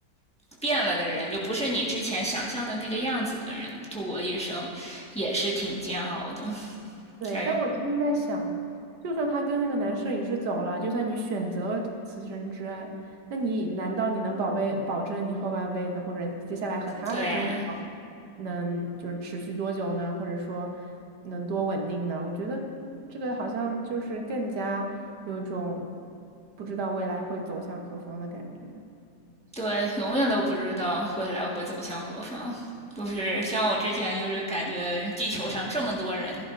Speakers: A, in the centre; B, on the right.
A: 变了的人，就不是你之前想象的那个样子的人度过一生，也是挺煎熬的。<laughs>
B: 对，
A: 但是，
B: 但我其实在想，就算他跟那个男摄影师走了，就算你选择了此生之爱，那你难道你能保备保证你后半辈子或者接下来和他的生活能就是持续多久呢？
A: 对啊
B: 或者说能多稳定呢？我觉得这个好像就是更加有种不知道未来会走向何方的感觉。
A: 对，永远都不知道未来会走向何方。就是像我之前就是感觉地球上这么多人，